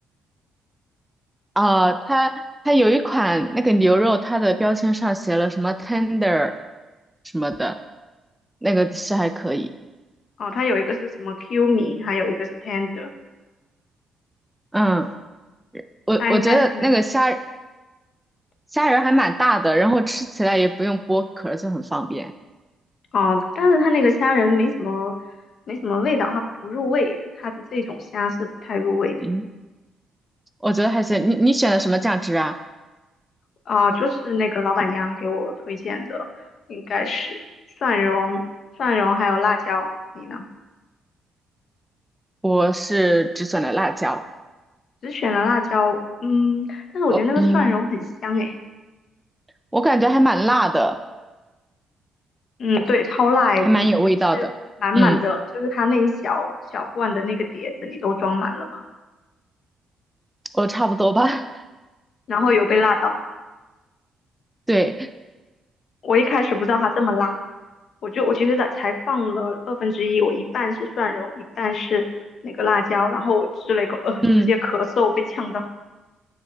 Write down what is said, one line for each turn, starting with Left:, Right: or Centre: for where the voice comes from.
Centre: 哦，他他有一款那个牛肉，它的标签上写了什么 tender 什么的，那个是还可以。
Left: 哦，它有一个是什么 Q 米，还有一个是 tender，
Centre: 嗯，我我觉得那个虾
Left: 那应该是那。
Centre: 虾仁还蛮大的，然后吃起来也不用剥壳就很方便。
Left: 哦，但是它那个虾仁没什么，没什么味道，它不入味，它的这种虾是不太入味的
Centre: 嗯。我觉得还是你你选的什么酱汁啊？
Left: 啊。就是那个老板娘给我推荐的，应该是蒜蓉、蒜蓉还有辣椒。你呢？
Centre: 我是只选了辣椒。
Left: 只选了辣椒，嗯，但是我觉得那个蒜蓉很香诶，
Centre: 哦，嗯，我感觉还蛮辣的，
Left: 嗯，对，超辣诶，
Centre: 还蛮有味道的。
Left: 嗯是满满的，
Centre: 嗯，
Left: 就是它那一小小罐的那个碟子，你都装满了吗？
Centre: 我差不多吧。<laughs>
Left: 然后有被辣到，
Centre: 对，
Left: 我一开始不知道它这么辣。我就我其实才才放了二分之一，我一半是蒜蓉，一半是那个辣椒，然后我吃了一口，呃，
Centre: 嗯，
Left: 直接咳嗽被呛到，